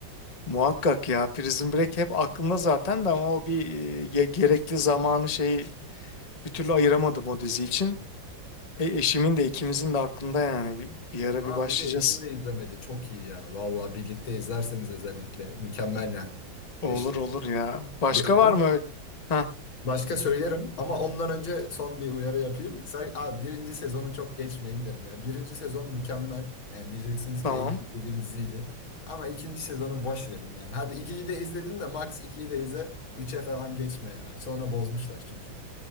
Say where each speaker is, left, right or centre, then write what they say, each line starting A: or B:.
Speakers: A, on the left (about 25°); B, on the left (about 80°).
A: Muhakkak ya Prison Break hep aklımda zaten de ama o bir e, ge- gerekli zamanı şeyi bir türlü ayıramadım o dizi için. E, eşimin de ikimizin de aklında yani bir, bir ara
B: Ha
A: bir başlayacağız.
B: bir de eşin de izlemedi. Çok iyi ya. Valla birlikte izlerseniz özellikle mükemmel yani.
A: Olur
B: Keşke
A: olur ya. Başka
B: Bir,
A: var
B: ama
A: mı? öyle? Ha
B: başka söylerim ama ondan önce son bir uyarı yapayım. Sen, abi birinci sezonu çok geçmeyin derim. ya. birinci sezon mükemmel. Yani diyeceksiniz
A: tamam.
B: ki en iyi izlediğim diziydi. Ama ikinci sezonu boş verin yani. Hadi ikiyi de izledin de max ikiyi de izle. Üçe falan geçme ya. Sonra bozmuşlar çünkü.